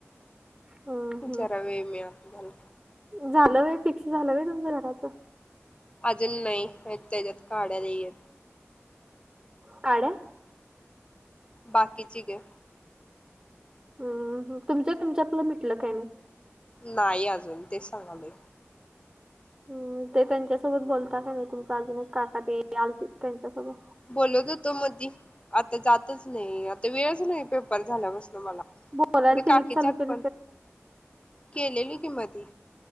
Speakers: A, on the right; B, on the left.
A: हम्म, हम्म.
B: जरा वेळ मिळना
A: झालं होतं फिक्स झालं होय‌ तुमचं घराचं,
B: अजून नाही त्याच्यात काढ्याला येत,
A: काढ्या,
B: बाकीची ग,
A: हम तुमच तुमच्यातलं मिटलं काय नाही?
B: नाही अजून तेच सांगालय
A: हम् ते त्यांच्यासोबत बोलत का नाही तुमच अजून एक काका ते आल त्यांच्यासोबत
B: बोलत होतो मधी आता जातच नाही आता वेळच नाही पेपर झाल्यापासून मला,
A: बोलायला
B: ते
A: त्यनीच
B: काकीच्यात
A: चालू क
B: पण केलेली किं मधी